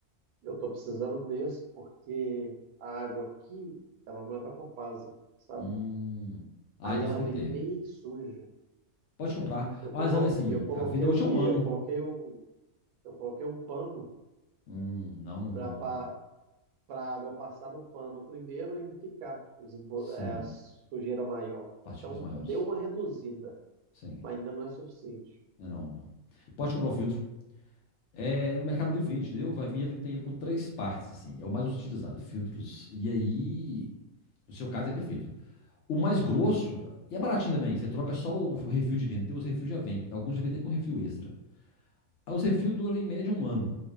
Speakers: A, on the right; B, on the left.
A: eu tô precisando desse, porque a água aqui, ela não é da Copasa, sabe?
B: Hum. Ah,
A: Aí
B: então
A: ela
B: você tem
A: vem
B: que ter.
A: bem suja.
B: Pode comprar.
A: Eu tô,
B: Mas
A: co-
B: aí, assim,
A: eu coloquei
B: a vida útil
A: o quê?
B: é um ano.
A: Eu coloquei um, eu coloquei um pano
B: Hum, não, não,
A: para
B: não.
A: para água passar no pano primeiro e ficar os impu-
B: Sim.
A: é, a sujeira maior.
B: Partículas
A: Então
B: maiores.
A: deu uma reduzida,
B: Sim.
A: mas ainda não é suficiente.
B: Não, é não, não. Pode comprar o filtro. É, é no Mercado Livre vende, entendeu? Vai vir ele tem ele com três partes, assim. É o mais utilizado, filtros. E aí, no seu caso, é perfeito. O mais grosso, e é baratinho também. Você troca só o refil de dentro. Então, os refil já vem. Alguns já vêm até com refil extra. Aí os refil dura em média um ano.